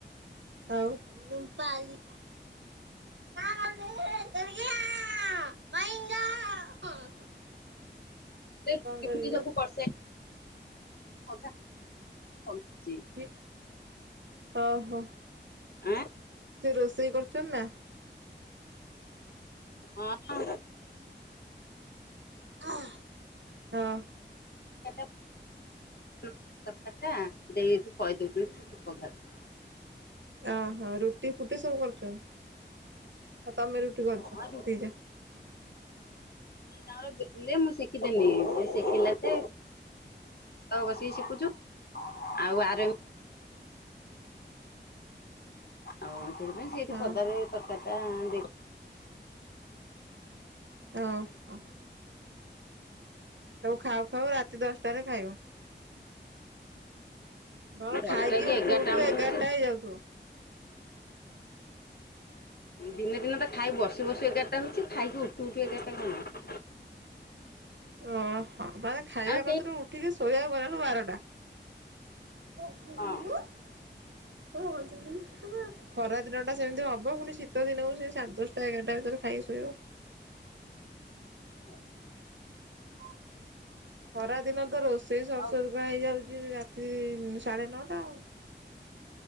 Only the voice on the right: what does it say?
ଆଉ ରୂପାଲି <unintelligible>
କହିଲୁନି କି ଓହୋ।
ସେ ରୋଷେଇ କରୁଚନ୍ତି ନା?
ଓ ହୋ
ଓହୋ ରୁଟି ଫୁଟି ସବୁ କରୁଚନ୍ତି ଆଉ ତମେ ରୁଟି କରୁଚ
ଦିଜା
<inaudible>
ହଁ
ଓ ହ ଖାଉ ଖାଉ ରାତି ଦଶଟାରେ ଖାଇବ। ଧର
ଖାଇକି
ଉଠୁ
ଉଠୁ
ଏଗାରଟା
ହେଇଯାଉଥିବ।
ଓହୋ ମାନେ ଖାଇବା
କର୍ତ ରୁ ଉଠିକି ଶୋଇବାକୁ ଗଲା ବେଳକୁ ବାରଟା। <unintelligible>
ଖରା ଦିନଟା ସେମିତି ହବ ପୁଣି ଶୀତ ଦିନ ହଉ ସେ ସାଢ଼େ ଦଶଟା ଏଗାରଟା ଭିତରେ ଖାଇକି ଶୋଇବ।
ଖରାଦିନ ତ ରୋଷେଇ ସରସରକା
ହେଇଯାଉଛି ରାତି ସାଢେ ନଅଟା ଆଉ।